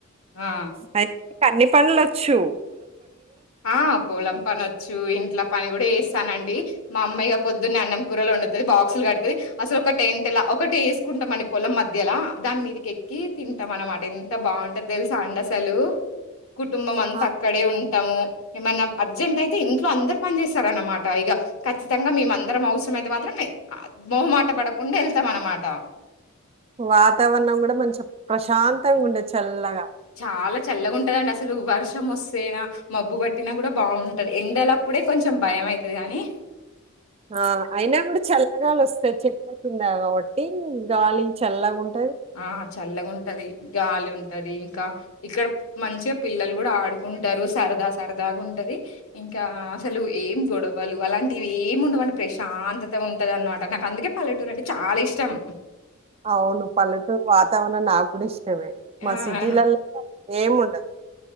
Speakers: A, on the left; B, on the right.
A: ఆ
B: తె అన్ని పనులోచ్చు.
A: ఆ పొలం పనొచ్చు, ఇంట్ల పని కూడ చేస్ స్తాన అండి, మా అమ్మాయిగ పొద్దున్నే అన్నం, కూరలు వండుతది. బాక్సులు కడుతది. అసలు ఒకటి టెంట్ లా, ఒకటి ఏసుకుంటమ్ అండి పొలం మధ్యలా, దాని మీదికి ఎక్కి తింటాం అన్నమాట. ఎంత బాగుంటది తెలుసా అండి అసలు? కుటుంబమంతా
B: ఆ!
A: అక్ ఉంటాము ఏమన్నా అర్జెంట్ అయితే ఇంట్లో అందర్ పని చేస్తారన్నమాట ఇగ, ఖచ్చితంగా మేమ అందరం అవసరం అయితే మాత్రం ఏ మోహమాట పడకుండా ఎళ్తాం అన్నమాట.
B: వాతావరణం కూడ మంచిగ ప్రశాంతంగా ఉంటది చల్లగా.
A: చాల చల్లగుంటదండి అసలు వర్షం వస్తేనా, మబ్బు పట్టినా కూడ బాగుంటది. ఎండలప్పుడే కొంచెం భయం అయితది గానీ.
B: ఆ అయినా కూడ చల్లగాలోస్తది చెట్ల కిన్ కిందా కాబట్టి, గాలి చల్లగున్
A: ఆ చల్లగుంటది. గాలి ఉంటది ఇంకా, ఇక్కడ మంచిగ పిల్లలు కూడ ఆడు కుంటరు, సరదా సరదాగా ఉంటది. ఇంకా అసలు ఏం గొడవలు అలాంటివి ఏమి ఉండవు అండి, ప్రశాంతత ఉంటది అన్నమాట. నాకు అందుకే పల్లెటూరు అంటే చాల ఇష్టం.
B: అవును, పల్లెటూర్ వాతవరణం నాగ్గుడిష్ టమే, మా
A: ఆ!
B: సిటీలల్ ఏముండదు.